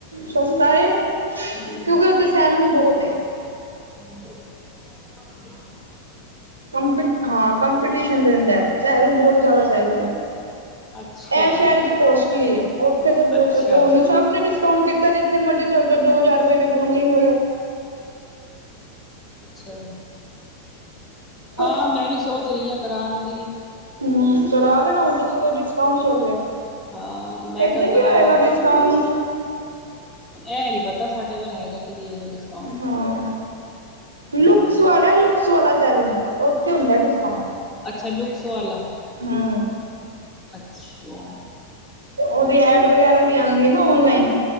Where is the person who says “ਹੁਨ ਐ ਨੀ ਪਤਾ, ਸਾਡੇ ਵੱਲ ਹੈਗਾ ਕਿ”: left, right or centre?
Left